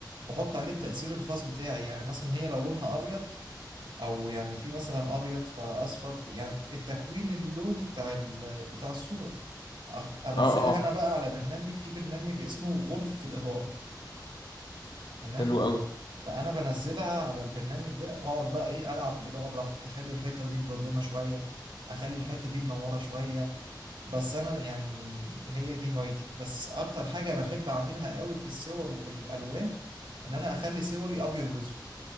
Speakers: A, on the right (about 80°); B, on the left (about 75°).
A: واحط عليه التأثير الخاص بتاعي يعني مثلا هي لو لونها ابيض او يعني في مثلا ابيض فاصفر ف- يعني التكوين اللوني بتاع ال- بتاع الصوره أخ- انزلها
B: اه اه
A: انا بقى على برنامج في برنامج اسمه غرفه الاضاءه تمام
B: حلو قوي
A: فانا بنزلها على البرنامج ده واقعد بقى ايه العب في الاضاءه براحتي اخلي الحته دي مظلمه شويه اخلي الحته دي منوره شويه بس انا يعني هي دي هوايتي بس اكتر حاجه بحب اعملها قوي في الصور وفي الالوان ان انا اخلي صوري ابيض واسود